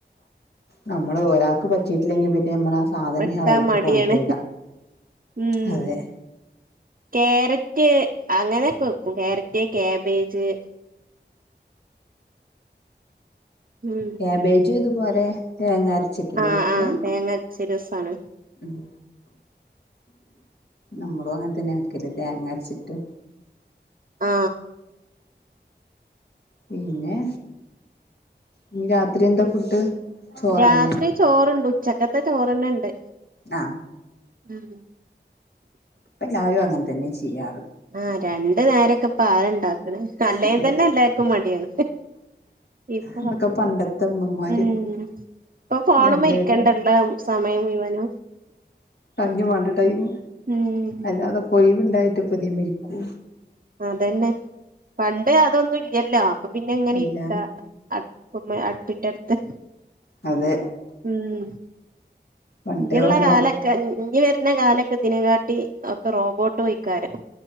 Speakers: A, on the left; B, on the right.
A: നമ്മള് ഒരാൾക്ക് പറ്റിട്ടില്ലെങ്കിൽ പിന്നെ നമ്മള സാധനേ
B: വെക്കാൻ
A: ആ വഴിക്ക്
B: മടിയാണ്
A: കൊണ്ടരൂല
B: ഉം
A: അതെ
B: ക്യാരറ്റ് അങ്ങനെക്കെ വെക്കും ക്യാരറ്റ് ക്യാബേജ് ഉം
A: ക്യാബേജും ഇതുപോലെ തേങ്ങാര ചിട്ടല്ലേ
B: ആഹ്
A: വെക്ക
B: ആഹ് തേങ്ങ അരച്ച രസാണ്
A: ഉം നമ്മളും അങ്ങനെ തന്നെ വെക്കല് തേങ്ങാരച്ചിട്ട്
B: ആ
A: പിന്നെ ഇനി രാത്രി എന്താ ഫുഡ് ചോറന്നെ
B: രാത്രി ചോറെണ്ട് ഉച്ചക്കത്തെ ചോറ്ന്നെണ്ട്
A: ആ
B: ഉം
A: ഇപ്പ എല്ലാവരും അങ്ങനെ തന്നെ ചെയ്യാറ്
B: ആ രണ്ടു നേരൊക്കെ ഇപ്പാരാ എണ്ടാക്കണെ അല്ലേ
A: അതൊക്കെ
B: തന്നെ എല്ലാർക്കും മടിയാണ് ഇപ്പൊ
A: അതൊക്കെ പണ്ടത്തെ അമ്മമാര്
B: ഉം ഇപ്പൊ ഫോണമ്മെ
A: രണ്ടുപേരും
B: ഇരിക്കേണ്ടല്ല സമയം മുഴുവനും
A: അതിനും വേണ്ടെ ടൈം
B: ഉം
A: അല്ലാതിപ്പ ഒഴിവിണ്ടായിട്ടിപ്പ ഇതേമ്മെ ഇരിക്കോ
B: അതന്നെ പണ്ട് അതൊന്നും ഇല്ലല്ലോ അപ്പൊ പിന്നെ എങ്ങനെ
A: ഇല്ല
B: ഇരിക്ക അടുപ്പ്മ്മെ അടുപ്പിന്റടുത്ത്
A: അതെ
B: ഇം
A: പണ്ടേ
B: ഇനിള്ള
A: ഓരോ
B: കാലൊക്കെ ഇഞ് വരുന്ന കാലൊക്കെ ഇതിനകാട്ടി ഒക്കെ റോബോട്ട് പോയ്ക്കാരം